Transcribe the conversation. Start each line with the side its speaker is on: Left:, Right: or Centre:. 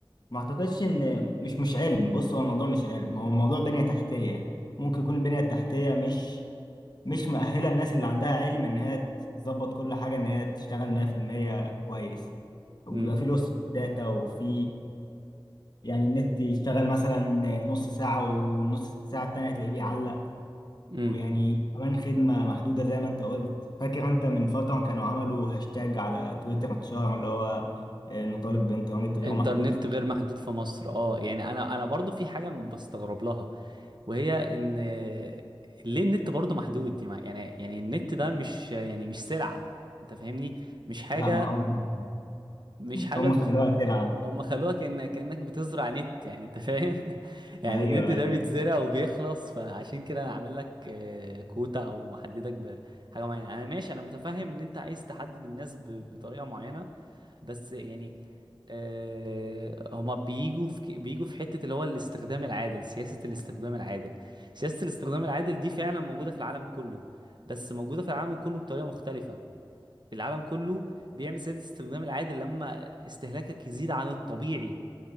Left: ما أعتقدش إن مش مش علم بص هو الموضوع مش علم هو الموضوع بنية تحتية ممكن يكون البنية التحتية مش مش مؤهله الناس اللي عندها علم ان هي تظبط كل حاجه ان هي تشتغل 100% كويس وبيبقى
Right: امم
Left: في لوس داتا وفي يعني النت يشتغل مثلا نص ساعه والنص ساعه التانيه هتلاقيه بيعلق
Right: امم
Left: ويعني كمان خدمه محدوده زي ما انت قلت فاكر انت من فتره كانوا عملوا هاشتاج على تويتر اتشهر اللي هو آه، نطالب بانترنت غير
Right: انترنت
Left: محدود
Right: غير محدود في مصر اه يعني انا انا برضو في حاجه بستغرب لها وهي ان ليه النت برضو محدود دي مع- يعني يعني النت ده مش يعني مش سلعه انت فاهمني مش حاجه
Left: لا ما هم
Right: مش حاجه
Left: <laughs> هم
Right: بت...
Left: خلوها تلعب
Right: هم خلوها كأن كأنك بتزرع نت يعني انت فاهم <laughs> يعني
Left: ايوه
Right: النت ده
Left: ايوه
Right: بيتزرع وبيخلص فعشان كده انا عامل لك آه، كوتا او محددك بحاجه معينه انا ماشي انا متفهم ان انت عايز تحدد الناس ب- بطريقه معينه بس يعني آه، هما بيجوا في ك- بيجوا في حتة اللي هو الاستخدام العادل سياسة الاستخدام العادل سياسة الاستخدام العادل دي فعلا موجودة في العالم كله بس موجودة في العالم كله بطريقة مختلفة العالم كله بيعمل سياسة الاستخدام العادل لما استهلاكك يزيد عن الطبيعي